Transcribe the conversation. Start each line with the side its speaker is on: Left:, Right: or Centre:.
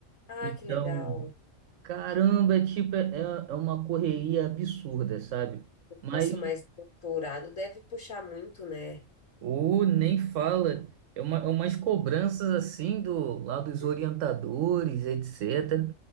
Left: Ah,
Right: então,
Left: que legal.
Right: caramba, é tipo, é, é é uma correria absurda, sabe? Mas
Left: Nossa, mas doutorado deve puxar muito, né?
Right: o nem fala, é uma, é umas cobranças assim do lá dos
Left: Uhum.
Right: orientadores, etc.